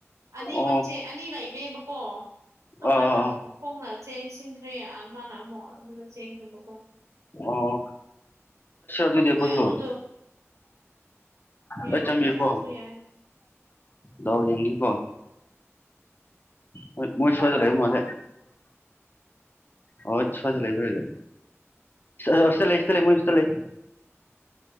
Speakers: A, on the right; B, on the left.
A: ꯑꯅꯤꯃꯛꯁꯦ
B: ꯑꯣ
A: ꯑꯅꯤ ꯂꯩꯕꯦꯕꯀꯣ ꯑꯃꯅ
B: ꯑꯥ ꯑꯥ ꯑꯥ
A: ꯃꯈꯣꯡꯅ ꯆꯦꯟꯁꯤꯟꯈ꯭ꯔꯦ ꯑꯃꯅ ꯑꯃꯨꯛ ꯑꯗꯨꯗ ꯆꯦꯟꯈ꯭ꯔꯦꯕꯀꯣ
B: ꯑꯣ <unintelligible> ꯑꯩꯈꯣꯢꯁꯨ
A: ꯃꯣꯏ ꯑꯗꯨꯗꯣ ꯌꯥꯏ
B: ꯑꯩ ꯆꯪꯒꯦꯀꯣ
A: ꯆꯠꯂꯁꯨ ꯌꯥꯏ
B: ꯗꯥꯎ ꯌꯦꯡꯒ°ꯀꯣ ꯃꯣꯢ ꯃꯣꯢ ꯁ꯭ꯋꯥꯢꯗ ꯂꯩꯕ ꯃꯜꯂꯤ ꯑꯣꯢ ꯁ꯭ꯋꯥꯢꯗ ꯂꯩꯕ <inaudible> ꯁꯥ ꯍꯥ ꯁꯤꯗ ꯂꯩ ꯁꯤꯗ ꯂꯩ ꯃꯣꯢ ꯁꯤꯗ ꯂꯩ